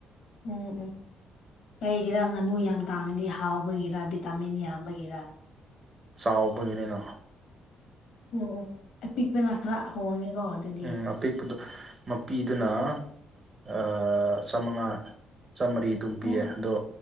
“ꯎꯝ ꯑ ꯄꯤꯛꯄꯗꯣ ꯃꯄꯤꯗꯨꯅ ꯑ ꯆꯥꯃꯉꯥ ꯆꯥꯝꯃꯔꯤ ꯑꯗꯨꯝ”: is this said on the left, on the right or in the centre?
Right